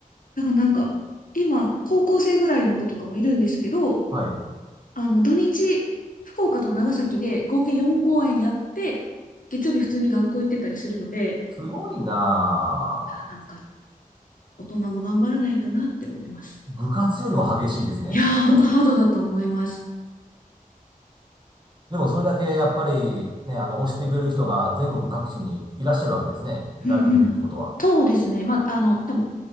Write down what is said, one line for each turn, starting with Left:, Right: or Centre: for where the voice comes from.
Left: だからなんか、今、高校生ぐらいの子とかもいるんですけど、
Right: はい。
Left: あの、土日、福岡と長崎で合計4公演やって、月曜日普通に学校行ってたりするので、
Right: すごいな
Left: なんか、大人も頑張らないとなって思います。
Right: ぁ。部活よりも激しいですね、
Left: いやー、
Right: きっと。
Left: 本当ハードだと思います。
Right: でもそれだけやっぱりね、あの、推してくれる人が全国各地にいらっしゃるわけですね。ライブできるってことは。
Left: うんうん。そうですね。まあ、あの、多分